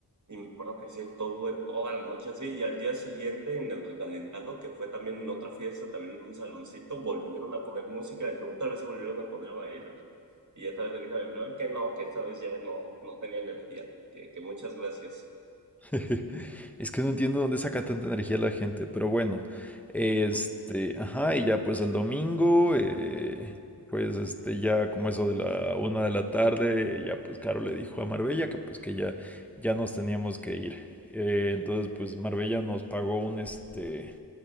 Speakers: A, on the right; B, in the centre.
A: Y me acuerdo que sí, estuve toda la noche así. Y al día siguiente, en el recalentado, que fue también en otra fiesta, también en un saloncito, volvieron a poner música y otra vez se volvieron a poner a bailar. Y esta vez le dije a mi prima que no, que esta vez ya no, no tenía energía. Que, que muchas gracias.
B: <laughs> Es que no entiendo dónde saca tanta energía la gente, pero bueno. Este,
A: Ujú.
B: ajá, y ya pues el domingo, eh, pues este, ya como eso de la una de la tarde, ya pues Caro le dijo a Marbella que pues que ya, ya nos teníamos que ir. Eh, entonces pues Marbella nos pagó un este